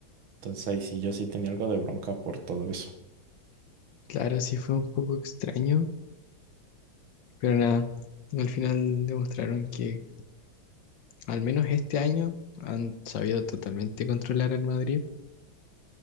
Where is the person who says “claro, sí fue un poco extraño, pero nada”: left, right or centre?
Left